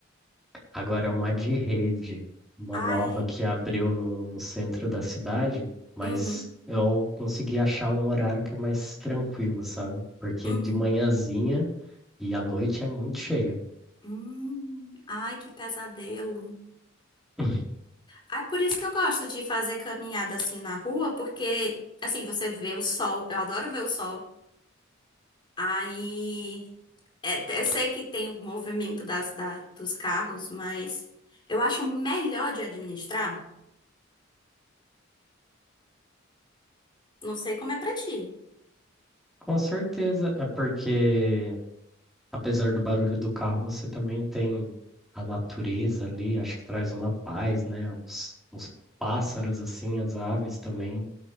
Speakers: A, in the centre; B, on the left.
A: Agora, uma de rede, uma
B: Ai,
A: nova que abriu no, no centro da cidade, mas
B: uhum,
A: eu consegui achar um horário que é mais tranquilo, sabe? Porque
B: uhum,
A: de manhãzinha e à noite é muito cheio.
B: hum, ai, que pesadelo.
A: <laughs>
B: Ai, por isso que eu gosto de fazer caminhada assim na rua, porque assim você vê o sol. Eu adoro ver o sol. Aí, é, eu sei que tem o movimento das, da- dos carros, mas eu acho melhor de administrar. Não sei como é pra ti.
A: Com certeza, é porque apesar do barulho do carro, você também tem a natureza ali, acho que traz uma paz, né? Os, os pássaros, assim, as aves também.